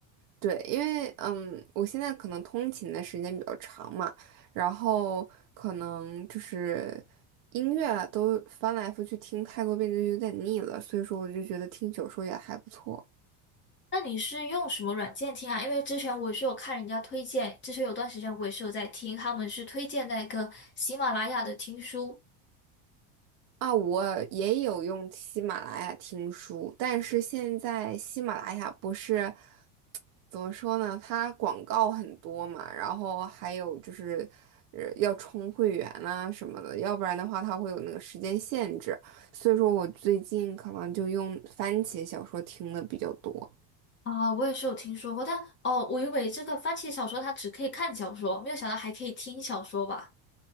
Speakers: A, on the right (about 45°); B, on the left (about 25°).
A: 对，因为嗯，我现在可能通勤的时间比较长嘛，然后可能就是音乐啊都翻来覆去听太多遍就有点腻了，所以说我就觉得听小说也还不错。
B: 那你是用什么软件听啊？因为之前我是有看人家推荐，之前有段时间我也是有在听，他们是推荐那个喜马拉雅的听书
A: 啊，我也有用喜马拉雅听书，但是现在喜马拉雅不是。怎么说呢？它广告很多嘛，然后还有就是，呃，要充会员啊什么的，要不然的话它会有那个时间限制。所以说我最近可能就用番茄小说听的比较多。
B: 啊，我也是有听说过，但哦，我以为这个番茄小说它只可以看小说，没有想到还可以听小说吧。